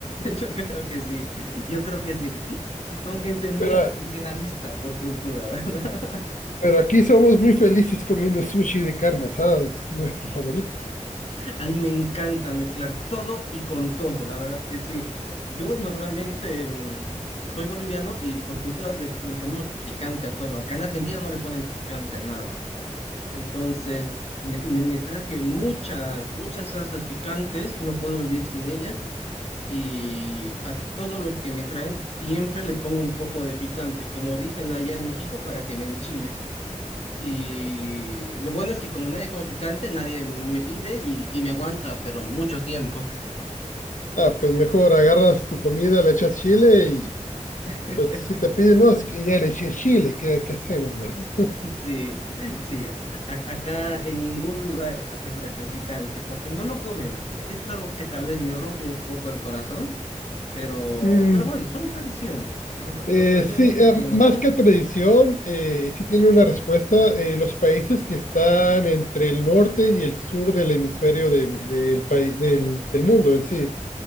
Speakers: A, on the left; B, on the left.
A: Yo creo que sí, yo creo que sí. Son gente muy
B: Pero,
A: tradicionalista
B: a-
A: por cultura, ¿verdad?
B: pero aquí somos muy felices comiendo sushi de carne asada, es nuestro favorito.
A: A mí me encanta mezclar todo y con todo, la verdad que sí. Yo normalmente mm, soy boliviano y por cultura le, le ponemos picante a todo. Acá en Argentina no le ponen picante a nada. Entonces, me, me- me traje muchas, muchas salsas picantes, no puedo vivir sin ellas. Y a todo lo que me traen siempre le pongo un poco de picante, como dicen allá en México, para que me enchile. Y lo bueno es que como nadie come picante, nadie me pide y, y me aguanta, pero mucho tiempo.
B: Ah, pues mejor agarras tu comida, le echas chile
A: <laughs>
B: Pues si te piden, no, es que ya le eché chile, ¿qué, qué hacemos, verdad?
A: Sí, sí. A- acá en ningún lugar te ofrecen picante porque no lo comen. E- Es algo que tal vez me rompe un poco el corazón, pero,
B: Mm,
A: pero bueno, son tradiciones. Ajá,
B: eh,
A: Por tradición
B: sí,
A: nunca
B: eh,
A: comieron
B: más
A: picante.
B: que tradición, eh, sí tiene una respuesta. eh, los países que están entre el norte y el sur del hemisferio de- del, país- del, del mundo en sí,